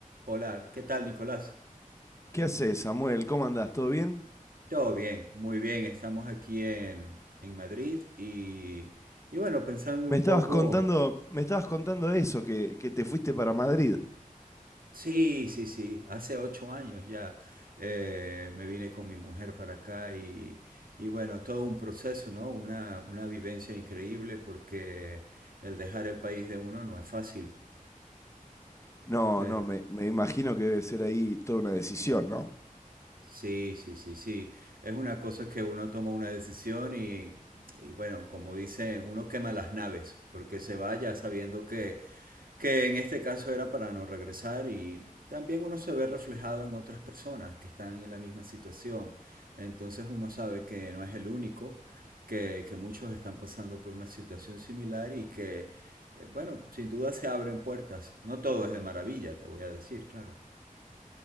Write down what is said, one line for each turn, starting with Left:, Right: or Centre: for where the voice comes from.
Right: Hola, ¿qué tal, Nicolás?
Left: ¿Qué haces, Samuel? ¿Cómo andás? ¿Todo bien?
Right: Todo bien, muy bien. Estamos aquí en, en Madrid y, y bueno, pensando un
Left: Me estabas
Right: poco,
Left: contando, me estabas contando eso, que, que te fuiste para Madrid.
Right: sí, sí, sí, hace ocho años ya eh, me vine con mi mujer para acá y, y bueno, todo un proceso, ¿no? Una, una vivencia increíble porque el dejar el país de uno no es fácil,
Left: No,
Right: pero
Left: no, me, me imagino que debe ser ahí toda una decisión, ¿no?
Right: Sí, sí, sí, sí. Es una cosa que uno toma una decisión y, y bueno, como dicen, uno quema las naves porque se va ya sabiendo que, que en este caso era para no regresar y también uno se ve reflejado en otras personas que están en la misma situación. Entonces uno sabe que no es el único, que, que muchos están pasando por una situación similar y que, eh, bueno, sin duda se abren puertas. No todo es de maravilla, te voy a decir, claro.